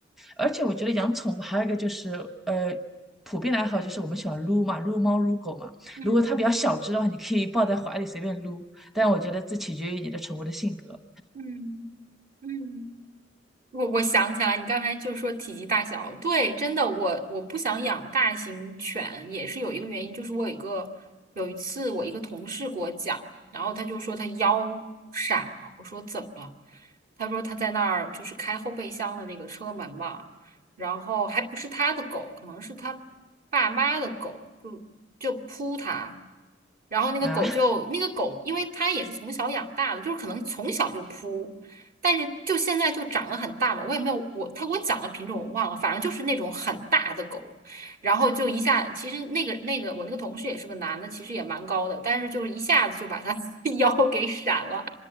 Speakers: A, in the centre; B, on the right (about 45°).
A: 而且我觉得养宠物还有一个就是，呃，普遍的爱好就是我们喜欢撸嘛，撸猫撸狗嘛。
B: 嗯
A: 如果它比较小只的话，你可以抱在怀里随便撸，但我觉得这取决于你的宠物的性格
B: 嗯嗯。嗯我我想起来，你刚才就说体积大小，对，真的，我我不想养大型犬，也是有一个原因，就是我有一个有一次我一个同事给我讲，然后他就说他腰闪了，我说怎么了？他说他在那儿就是开后备箱的那个车门嘛，然后还不是他的狗，可能是他爸妈的狗，就就扑他，然后那个狗就那个狗，
A: 啊。<laughs>
B: 因为他也是从小养大的，就是可能从小就扑。但是就现在就长得很大嘛，我也没有我他给我讲的品种我忘了，反正就是那种很大的狗，然后就一下，其实那个那个我那个同事也是个男的，其实也蛮高的，但是就是一下子就把他 <laughs> 腰给闪了，